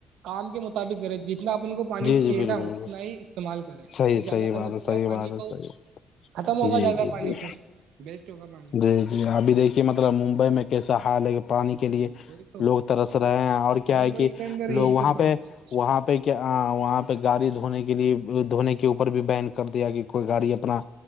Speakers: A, on the right; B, on the left.
A: کام کے مطابق کرے جی اتنا اپن کو پانی
B: جی
A: چیے
B: بالکل
A: نا
B: بالکل
A: ہی استعمال کرے
B: صحیح
A: اس سے زیادہ
B: صحی بات
A: کرنے سے
B: ہے صحیح
A: کیا
B: بات
A: پانی
B: ہے
A: کو
B: صحیح
A: ختم ہوگا
B: جی
A: زیادہ
B: جی جی
A: پانی پھر بیسٹ ہوگا پانی
B: جی جی ابھی دیکھیے مطلب ممبئی میں کیسے سہا لگے پانی کے لیے
A: جی وہی تو
B: لوگ ترس رہے ہیں اور کیا
A: ممبئی
B: ہے کہ
A: کے اندر یہی
B: لوگ وہاں
A: تو
B: پہ
A: پانی کی،
B: وہاں پہ ہاں وہاں پہ گاڑی دھونے کے لیے دھونے کے اوپر بھی بین کر دیا گ کوئی گاڑی اپنا